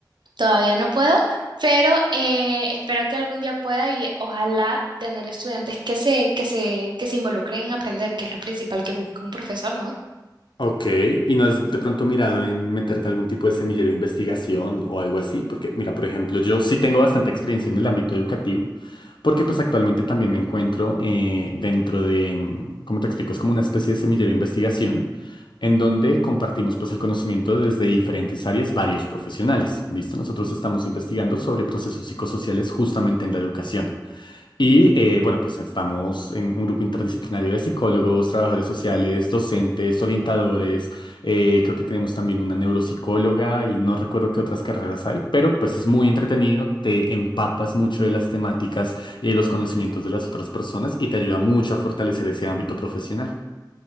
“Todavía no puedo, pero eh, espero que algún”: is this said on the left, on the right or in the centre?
Right